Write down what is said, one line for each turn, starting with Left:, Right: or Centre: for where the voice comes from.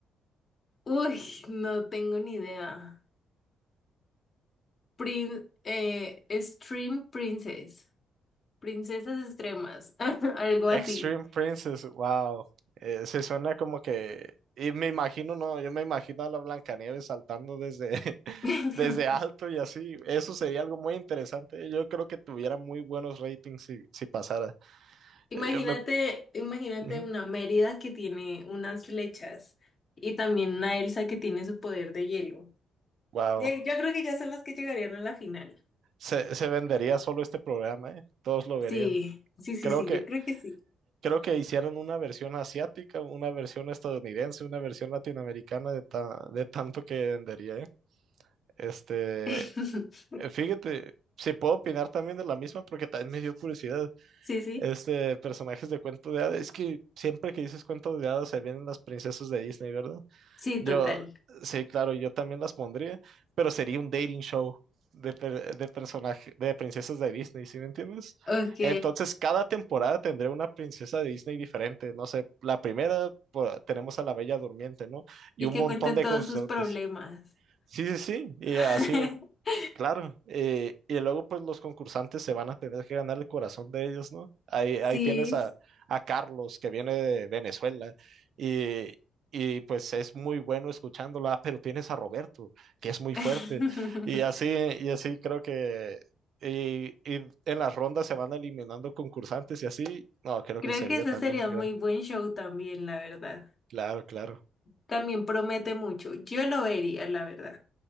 Left: uy, no tengo ni idea. Prin- eh, Stream Princess. Princesas extremas. <laughs> Algo
Right: Extreme
Left: así.
Right: Princess, wow. Eh, se suena como que. Y me imagino, no, yo me imagino a la Blancanieves saltando desde, <laughs>
Left: <laughs>
Right: desde alto y así. Eso sería algo muy interesante. Yo creo que tuviera muy buenos ratings si, si pasara.
Left: Imagínate,
Right: Eh, Yo me.
Left: imagínate
Right: ujú,
Left: una Mérida que tiene unas flechas y también una Elsa que tiene su poder de hielo.
Right: Wow.
Left: Ye- Yo creo que ya son las que llegarían a la final.
Right: Se, se vendería solo este programa, ¿eh? Todos lo verían.
Left: Sí, sí, sí,
Right: Creo
Left: sí,
Right: que,
Left: yo creo que sí.
Right: creo que hicieron una versión asiática, una versión estadounidense, una versión latinoamericana de, ta- de tanto que vendería, ¿eh? Este,
Left: <laughs>
Right: Eh, Fíjate, si puedo opinar también de la misma porque también me dio curiosidad.
Left: Sí, sí,
Right: Este, personajes de cuento de hadas, es que siempre que dices cuento de hadas se vienen las princesas de Disney, ¿verdad?
Left: sí,
Right: Yo,
Left: total.
Right: sí, claro, yo también las pondría, pero sería un dating show de, per- de personaje, de princesas de Disney, ¿sí me entiendes?
Left: Ok.
Right: Entonces, cada temporada tendré una princesa de Disney diferente, no sé, la primera pues, tenemos a la Bella Durmiente, ¿no? Y
Left: Y
Right: un
Left: que
Right: montón
Left: cuenten
Right: de
Left: todos
Right: consortes.
Left: sus problemas.
Right: Sí, sí, sí, y
Left: <laughs>
Right: así Claro, eh, y luego pues los concursantes se van a tener que ganar el corazón de ellos, ¿no? Ahí, ahí
Left: Sí.
Right: tienes a, a Carlos que viene de Venezuela y, y pues es muy bueno escuchándola, pero tienes a Roberto que es muy fuerte
Left: <laughs>
Right: y así, y así creo que y, y en las rondas se van eliminando concursantes y así, no, creo
Left: Creo
Right: que sería
Left: que ese
Right: también
Left: sería
Right: gran-
Left: un muy buen show también, la verdad.
Right: Claro, claro.
Left: También promete mucho. Yo lo vería, la verdad.